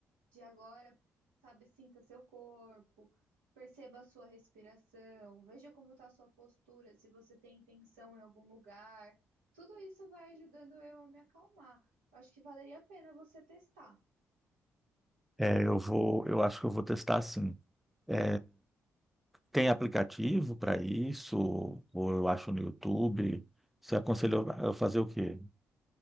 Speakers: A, on the right (about 75°); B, in the centre.
A: de agora, sabe, sinta seu corpo, perceba a sua respiração, veja como está a sua postura, se você tem tensão em algum lugar. Tudo isso vai ajudando eu a me acalmar. Eu acho que valeria a pena você testar.
B: É, eu vou, eu acho que eu vou testar assim. É, tem aplicativo para isso? Ou eu acho no YouTube? Você aconselhou a fazer o quê?